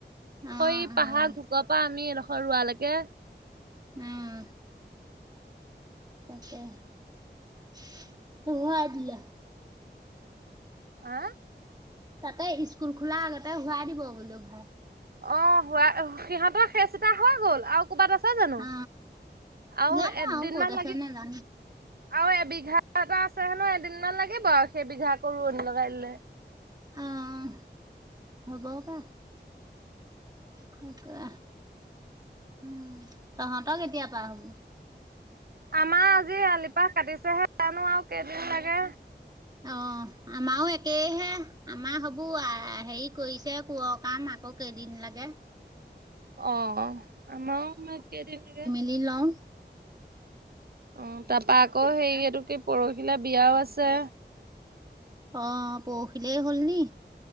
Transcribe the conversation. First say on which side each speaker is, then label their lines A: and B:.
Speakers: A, on the right; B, on the right.
A: উম
B: সৈ পাহাৰ ঘুকৰ পা আমি এডখৰ ৰোৱালৈকে
A: উম। তাকে, <unintelligible> দিলে।
B: হা?
A: তাতে ইচকুল খোলা আগতে হোৱাই দিব বোলো ভাই।
B: অ' হোৱা সিহঁতৰ সেচ এটা হৈ গ'ল। আও ক'বাত আছে জানো?
A: অ
B: আও
A: জানো
B: এদ্দিনমান
A: আৰু ক'ত আছে
B: লাগি
A: নাজানো
B: আও এবিঘা এটা আছে হেনো এদিনমান লাগিব আও সেইবিঘা আকৌ ৰোৱনী লগাই দিলে।
A: অ' হ'ব পাই। তাকে, উম। তহঁত কেতিয়া পা হ'ব?
B: আমা আজি আলিপাহ কাটিছেহে জানো আও কেইদিন লাগে!
A: অহ! আমাও একেইহে। আমা হ'বো হেৰি কৰিছে কোঁৱ কাম, আকৌ কেইদিন লাগে।
B: অ আমাও মা কেইদিন লাগে।
A: দিলও
B: অ তাৰপা আকৌ হেই এইটো কি পৰহিলে বিয়াও আছে।
A: অ পউহিলে হ'ল নি।